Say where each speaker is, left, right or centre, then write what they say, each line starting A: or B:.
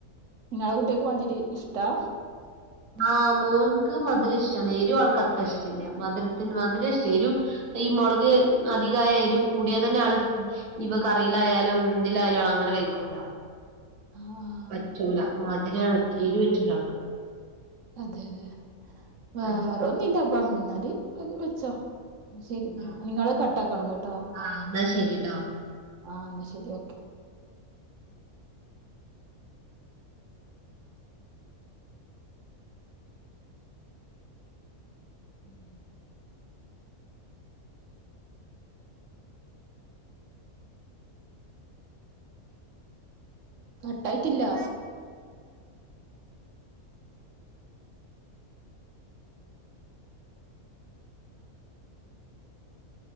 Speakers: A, on the right; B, on the right.
A: നിങ്ങളെ കുട്ടൾക്ക് മധുരി ഇഷ്ടാ
B: <inaudible> ആഹ് മോൻക്ക് മധുര ഇഷ്ടാണ് എരു ആൾക്ക് അത്ര ഇഷ്ടല്ല മധുരത്തിന് മധുര ഇഷ് ടഎരു ഈ മൊളക് അധികയ എരു കൂടിയാൽ തന്നെ ആള് ഇനിയിപ്പ കറിയിലായാലും ഇതിലായാലും അങ്ങനെ വെക്കൂല
A: ആആ്
B: പറ്റൂല മധുര എരു പറ്റൂല ആൾക്ക്
A: അതെ അതെ വേറെ
B: ആ
A: ഒന്നില്ലപ്പാ ഇന്നാല് വെച്ചോ ശരി
B: ആ
A: നിങ്ങളെ കട്ട ആക്കണം കേട്ടോ
B: ആ എന്നാ ശരിട്ടോ
A: ആ എന്നാ ശരി ഓക്കെ
B: ഉം
A: കട്ടായിറ്റ്ല്ല